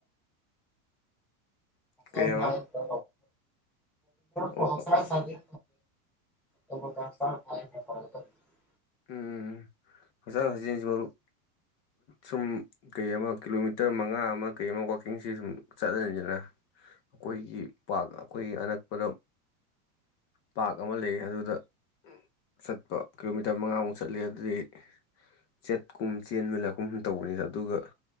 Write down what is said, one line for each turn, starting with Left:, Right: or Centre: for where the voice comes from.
Left: ꯀꯩ
Centre: ꯑꯥꯏ
Left: ꯍꯥꯏꯕ
Centre: ꯊ ꯍꯁ
Left: ꯑꯣ ꯑꯣ
Centre: ꯁꯥꯖꯤ ꯊꯦ <unintelligible>
Left: ꯎ ꯍꯛꯆꯥꯡ ꯍꯛꯆꯦꯜꯁꯤ ꯃꯔꯨꯞ ꯁꯨꯝ ꯀꯩ ꯑꯃ ꯀꯤꯂꯣꯃꯤꯇꯔ ꯃꯉꯥ ꯑꯃ ꯀꯩ ꯑꯃ ꯋꯥꯛꯀꯤꯡꯁ ꯁꯨꯝ ꯆꯠꯂꯅꯤꯗꯅ ꯑꯩꯈꯣꯏꯒꯤ ꯄꯥꯛ ꯑꯩꯈꯣꯏꯒꯤ ꯑꯅꯛꯄꯗ ꯄꯥꯛ ꯑꯃ ꯂꯩ ꯑꯗꯨꯗ ꯆꯠꯄ ꯀꯤꯂꯣ ꯂꯤꯇꯔ ꯃꯉꯥꯃꯨꯛ ꯆꯠꯂꯦ ꯑꯗꯨꯗꯤ ꯆꯠꯀꯨꯝ ꯆꯦꯟꯃꯤꯂꯛꯀꯨꯝ ꯇꯧꯕꯅꯤꯅ ꯑꯗꯨꯒ